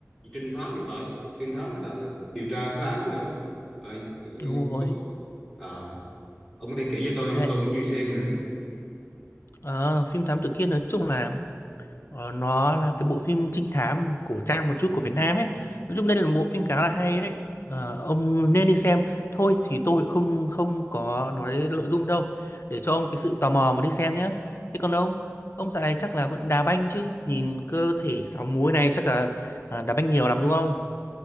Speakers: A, in the centre; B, on the left.
A: trinh thám thì phải. Trinh thám hay là, là điều tra phá án gì đó. À, ừ,
B: Đúng rồi.
A: có... à, ông có thể kể cho tôi không?
B: Đấy.
A: Tôi cũng chưa xem nữa.
B: Ờ, phim Thám Tử Kiên nói chung là Ờ, nó là cái bộ phim trinh thám cổ trang một chút của Việt Nam ấy. Nói chung đây là một bộ phim khá là hay đấy. Ờ, ông nên đi xem. Thôi thì tôi không không có nói nội dung đâu. Để cho ông cái sự tò mò mà đi xem nhé. Thế còn ông, ông dạo này chắc là vẫn đá banh chứ. Nhìn cơ thể sáu múi này chắc là à, đá banh nhiều lắm đúng không?